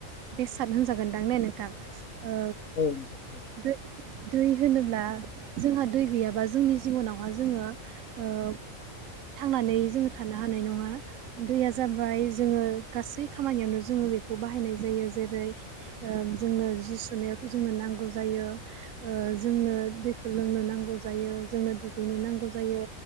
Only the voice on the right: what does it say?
बेसाद होनजागोनदां ने नोंथां- ओ
दै दै होनोब्ला जोंहा दै गैयाबा जोंनि जिबनावहा जोङो- थांनानै जोङो थानो हानाय नङा दैया जाबाय जोङो गासै खामानियावनो जोङो- बेखौ बाहायनाय जायो जेरै जोंनो जि सुनायावथ' जोंनो नांगौ जायो। जोंनो दै- खौ लोंनो नांगौ जायो जोंनो दुगैनो नांगौ जायो